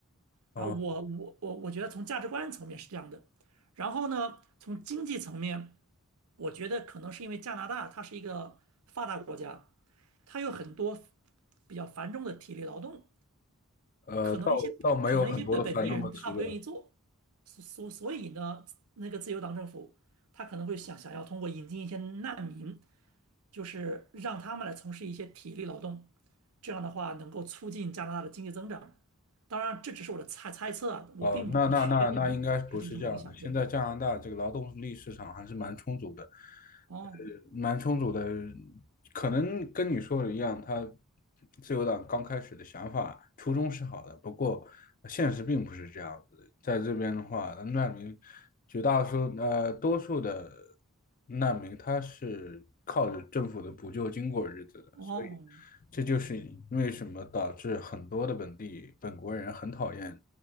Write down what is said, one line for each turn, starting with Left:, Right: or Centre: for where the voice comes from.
Left: 哦，
Right: 然后我我我我觉得从价值观层面是这样的，然后呢，从经济层面，我觉得可能是因为加拿大它是一个发达国家，它有很多比较繁重的体力劳动，
Left: 呃，
Right: 可能一些可能一些本本地人他不愿意做，
Left: 倒倒没有很多的繁重的提问。
Right: 所所所以呢，那个自由党政府他可能会想想要通过引进一些难民就是让他们来从事一些体力劳动，这样的话能够促进加拿大的经济增长。当然，这只是我的猜猜测啊，我并不确定实际有什么影响。
Left: 哦，那那那那应该不是这样的。现在加拿大这个劳动力市场还是蛮充足的，
Right: 对，
Left: 呃，
Right: 哦，
Left: 蛮充足的。可能跟你说的一样，他自由党刚开始的想法初衷是好的，不过现实并不是这样子的。在这边的话，难民绝大多数呃多数的难民他是靠着政府的补救金过日子的，
Right: 哦，
Left: 所以这就是为什么导致很多的本地本国人很讨厌。